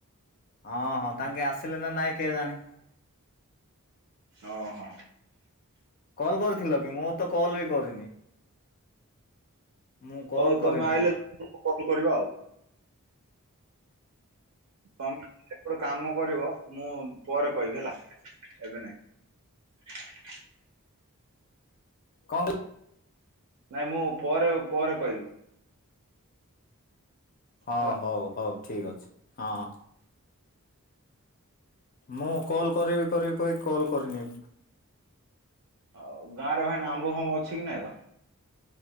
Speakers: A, on the left; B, on the right.
A: ହଁ ହଁ ତାଙ୍କେ ଆସିଲେ ନା ନାଇଁ କିଏ ଜାଣି
B: ଓ ହୋ
A: କଲ କରିଥିଲ କି ମୁଁ ତ କଲ୍ ବି କରିନି ମୁଁ କଲ୍
B: ହଉ
A: କରିନି
B: ତମେ ଆଇିଲ କଲ କରିବା ଆଉ ତମେ ଯେପଟୁ କାମ କରିବ ମୁଁ ପରେ କହିବି ହେଲା ଏବେ ନାଇଁ
A: କଣନ୍ତୁ
B: ନାଇଁ ମୁଁ ପରେ ପରେ କହିବି।
A: ହଁ
B: ହେଲା।
A: ହଉ ହଉ ଠିକ ଅଛି। ହଁ ମୁଁ କଲ କରିବି କରିବି କହିକି କଲ କରିନି।
B: ଆଉ ଗାଁରେ ଭାଇନା ଆମ୍ବ ଫାମ୍ବ ଅଛି କି ନାଇଁ ବା।